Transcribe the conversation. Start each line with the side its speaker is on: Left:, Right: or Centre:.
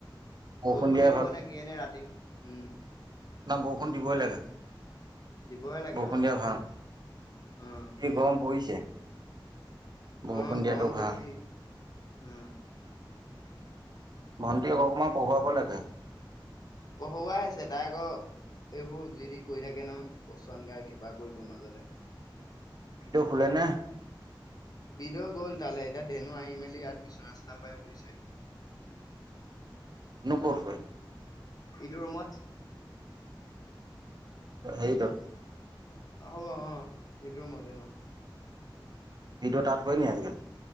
Right: বৰষুণ
Left: বৰষুণে
Right: দিয়া
Left: দিব নে কিয়ে নে ৰাতি! উম।
Right: ন বৰষুণ দিবই লাগে।
Left: দিবহে লাগে
Right: বৰষুণ
Left: অ
Right: দিয়া ভাল,
Left: অ
Right: এই গৰম পৰিছে। বৰষুণ
Left: উম,
Right: দিয়াটো
Left: গৰম
Right: ভাল
Left: বেছি, উম।
Right: ভণ্টিক অকণমান পঢ়ুৱাব লাগে।
Left: পঢ়ুৱাই আছে তাই আকৌ এইবোৰ যি-তি কৰি থাকে নহয়, বচন গাই কিবা কৰিব মাজতে।
Right: ভিন্দ শুলে নে।
Left: ভিণ্ড গ'ল তালৈ। এতিয়া ধেনু আহি মেলি ইয়াত বিচনা চিছনা পাৰি হুইছে।
Right: <unintelligible> ন কত কৰে।
Left: ইটো ৰুমত।
Right: সেইটো।
Left: অহ, হব আহ এইটো ৰূমতে অহ।
Right: ভিডিঅ' তাত শুৱে নি আজিকালি